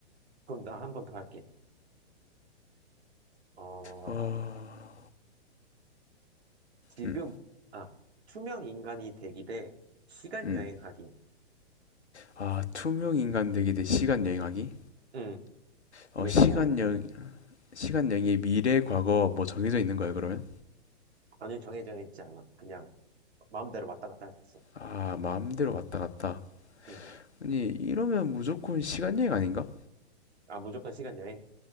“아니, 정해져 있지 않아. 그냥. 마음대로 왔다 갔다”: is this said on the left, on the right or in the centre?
Right